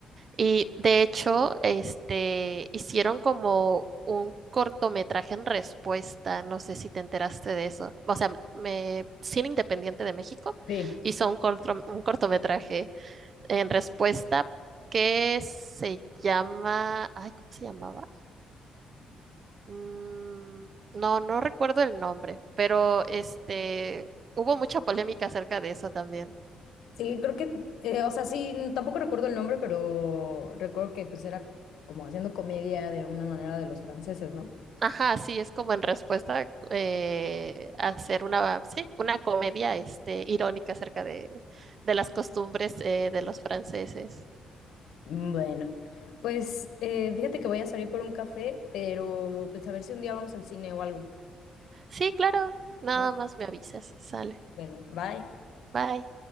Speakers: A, on the right; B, on the left.
A: Y de hecho, este, hicieron como un cortometraje en respuesta, no sé si te enteraste de eso. O sea, me, Cine Independiente de México
B: Sí.
A: hizo un corto- un cortometraje en respuesta que se llama, ay, ¿cómo se llamaba? Mm, no, no recuerdo el nombre, pero este, hubo mucha polémica acerca de eso también.
B: Sí, creo que, eh, o sea, sí, tampoco recuerdo el nombre, pero recuerdo que pues era como haciendo comedia de alguna manera de los franceses, ¿no?
A: Ajá, sí, es como en respuesta eh, hacer una, sí, una comedia este, irónica acerca de, de las costumbres eh, de los franceses.
B: Mm, Bueno, pues eh, fíjate que voy a salir por un café, pero pues a ver si un día vamos al cine o algo,
A: Sí, claro, nada
B: ¿va?
A: más me avisas, sale.
B: Bueno, bye.
A: Bye.